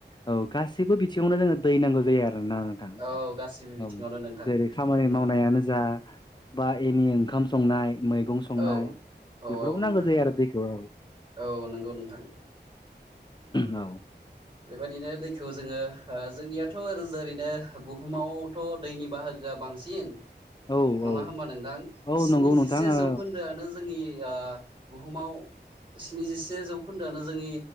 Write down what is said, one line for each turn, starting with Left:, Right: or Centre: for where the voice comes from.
Left: औ गासैबो बिथिङावनो जोङो दै नांगौ जायो आरो ना। थां
Right: औ गासैबो बिथिङावनो
Left: औ
Right: नोंथां
Left: जेरै खामानि
Right: जोङो
Left: मावनायानो जा बा एनि ओंखाम संनाय मैगं संनाय
Right: औ औ
Left: बेफोरावबो
Right: औ नोंथां
Left: नांगौ जायो आरो दैखौ।
Right: औ नंगौ नोंथां
Left: औ
Right: बेबायदिनो दैखौ जोङो ओ जोंनियाथ' ओरै जेरैनो बुहुमाव थ' दैनि बाहागोआ बांसिन
Left: औ
Right: नङा
Left: औ
Right: होमबा नोंथां
Left: औ
Right: स्निजिसे
Left: नंगौ नोंथां औ
Right: जौखोन्दोआनो जोंनि ओ बुहुमाव स्निजिसे जौखोन्दोआनो जोंनि